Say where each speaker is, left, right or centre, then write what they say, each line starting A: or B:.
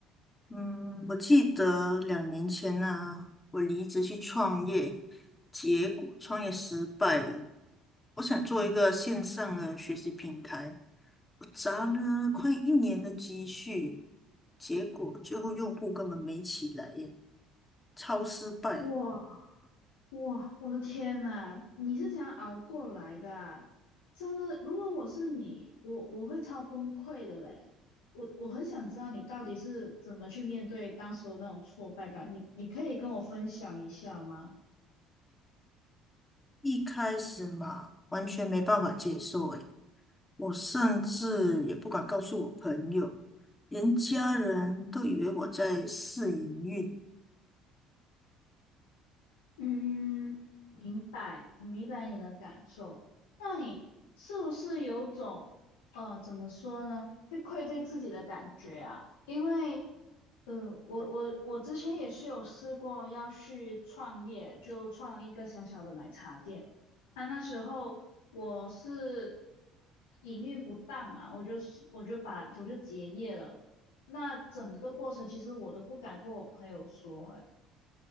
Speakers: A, on the left; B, on the left.
A: 嗯，我记得两年前呢、我离职去创业，结果创业失败了。我想做一个线上的学习平台，我砸了快一年的积蓄，结果最后用户根本没起来耶，超失败。
B: 哇哇，我的天呐，你是怎样熬过来的啊真的，如果我是你，我我会超崩溃的嘞。我我很想知道你到底是怎么去面对当时的那种挫败感，你你可以跟我分享一下吗？
A: 一开始嘛，完全没办法接受诶，我甚至也不敢告诉我朋友，连家人都以为我在试营运。
B: 嗯，明白，我明白你的感受。那你是不是有种，呃，怎么说呢，被愧对自己的感觉啊？因为，呃，我我我之前也是有试过要去创业，就创一个小小的奶茶店。啊，那时候我是营运不当嘛，我就是我就把我就结业了。那整个过程其实我都不敢跟我朋友说，哎